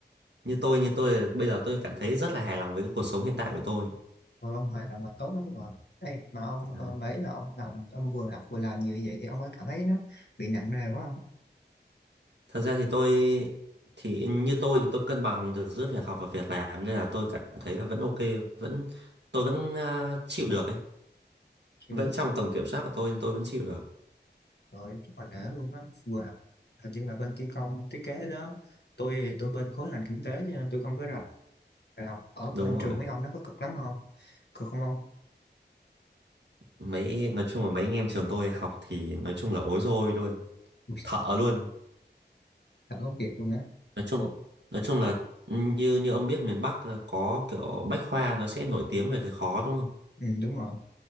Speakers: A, on the right (about 70°); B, on the left (about 65°).
A: như tôi như tôi bây giờ tôi cảm thấy rất là hài lòng với cái cuộc sống hiện tại của tôi.
B: Còn Long Hoài là mà tốt lắm rồi Ê, mà ông
A: Đấy.
B: ờ, mấy là ông làm ông vừa làm vừa làm như vậy thì ông có cảm thấy nó bị nặng nề quá không
A: Thật ra thì tôi thì như tôi thì tôi cân bằng được giữa việc học và việc làm nên là tôi cảm thấy là vẫn ok, vẫn tôi vẫn ờ, chịu được ấy
B: chịu
A: vẫn
B: được
A: trong tầm kiểm soát của tôi nhưng tôi vẫn chịu được
B: rồi chắc là để luôn á vừa học hình như là bên thi công thiết kế đó tôi tôi bên khối ngành kinh tế cho nên tôi không có rành đại học ở
A: đúng
B: bên
A: rồi
B: trường mấy ông nó có cực lắm không cực không ông
A: mấy nói chung là mấy anh em trường tôi học thì nói chung là ối rồi luôn
B: Ui,
A: thợ luôn
B: Thật không kiệt luôn á
A: nói chung
B: Ồ,
A: nói chung là như như ông biết miền Bắc ờ, có kiểu Bách Khoa nó sẽ nổi tiếng về cái khó đúng không
B: ừ, đúng rồi